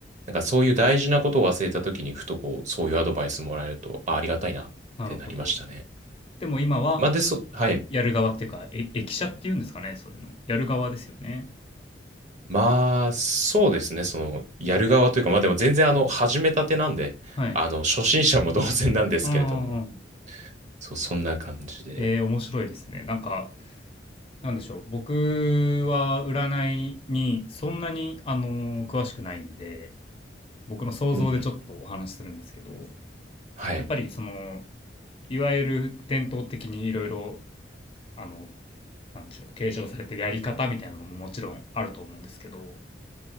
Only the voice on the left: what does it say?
なるほど。でも今は
やる側っていうか、え、駅舎っていうんですかね、そういうの。やる側ですよね。
はい。
ああ、
えー、面白いですね。なんか、なんでしょう。僕は占いにそんなに、あのー詳しくないんで、僕の想像でちょっとお話しするんですけど、
やっぱりその、いわゆる伝統的にいろいろ、あの、なんでしょう、継承されてるやり方みたいなのももちろんあると思うんですけど、